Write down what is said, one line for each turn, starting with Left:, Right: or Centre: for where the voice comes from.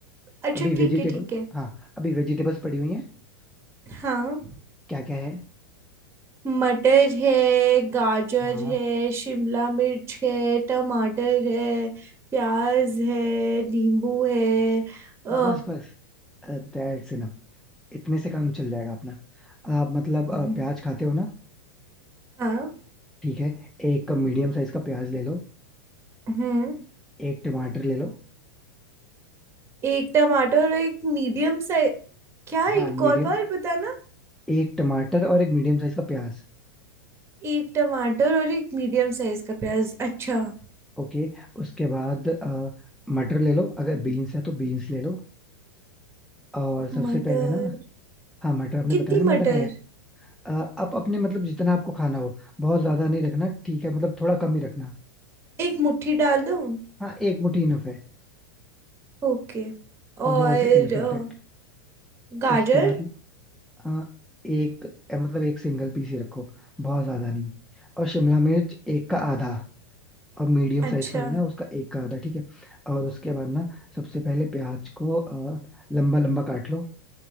Right: अच्छा
Centre: अभी वेजिटेबल
Right: ठीक है ठीक है
Centre: हाँ अभी वेजिटेबल्स पड़ी हुई हैं
Right: हाँ
Centre: क्या क्या है
Right: मटर है गाजर
Centre: हाँ
Right: है शिमला मिर्च है टमाटर है प्याज है नींबू है अ,
Centre: बस बस That's enough इतने से काम चल जाएगा अपना आप मतलब अ,
Right: हम्म,
Centre: प्याज खाते हो ना
Right: हाँ
Centre: ठीक है एक मीडियम साइज का प्याज ले लो
Right: हम्म
Centre: एक टमाटर ले लो
Right: एक टमाटर और एक मीडियम साइज क्या
Centre: हाँ
Right: एक
Centre: मीडियम
Right: और बार बताना
Centre: एक टमाटर और एक मीडियम साइज का प्याज
Right: एक टमाटर और एक मीडियम साइज का प्याज अच्छा
Centre: ओके उसके बाद अ, मटर ले लो अगर बीन्स है तो बीन्स ले लो और सबसे
Right: मटर
Centre: पहले ना हाँ मटर आपने
Right: कितनी
Centre: बताया ना
Right: मटर
Centre: मटर है अ, आप अपने मतलब जितना आपको खाना हो बहुत ज्यादा नहीं रखना ठीक है मतलब थोड़ा कम ही रखना
Right: एक मुट्ठी डाल दूं
Centre: हाँ एक मुट्ठी इनफ है
Right: ओके और
Centre: वो मोर देन इनफ
Right: अ,
Centre: इनफैक्ट
Right: गाजर
Centre: उसके बाद हाँ एक मतलब एक सिंगल पीस ही रखो बहुत ज्यादा नहीं और शिमला मिर्च एक का आधा और मीडियम
Right: अच्छा
Centre: साइज का लेना उसका एक का आधा ठीक है और उसके बाद ना सबसे पहले प्याज को अ, लंबा लंबा काट लो